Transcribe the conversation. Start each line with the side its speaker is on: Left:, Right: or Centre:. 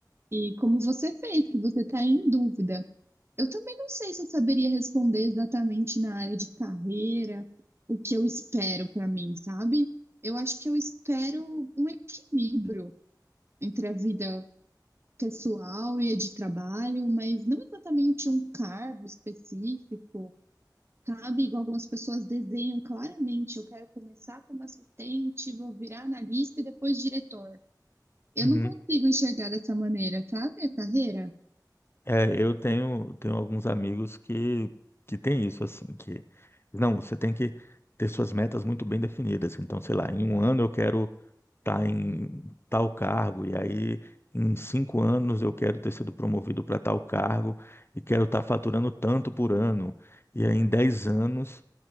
Right: E como você fez, que você está em dúvida. Eu também não sei se eu saberia responder exatamente na área de carreira o que eu espero para mim, sabe? Eu acho que eu espero um equilíbrio entre a vida pessoal e a de trabalho, mas não exatamente um cargo específico, sabe? Igual algumas pessoas desenham claramente, eu quero começar como assistente, vou virar analista e depois diretor. Eu
Left: Uhum.
Right: não consigo enxergar dessa maneira, sabe? A carreira.
Left: É, eu tenho, tenho alguns amigos que, que têm isso, assim, que não, você tem que ter suas metas muito bem definidas. Então, sei lá, em um ano eu quero estar em tal cargo, e aí em cinco anos eu quero ter sido promovido para tal cargo, e quero estar faturando tanto por ano, e aí em dez anos.